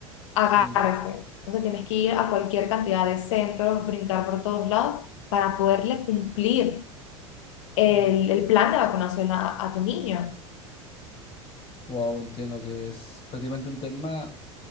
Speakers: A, on the left; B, on the left.
A: agárrese.
B: Mm,
A: Entonces tienes que ir a cualquier cantidad de centros, brincar por todos lados para poderle cumplir el,
B: mm.
A: el plan de vacunación a, a tu niño.
B: Wow, entiendo que es prácticamente un tema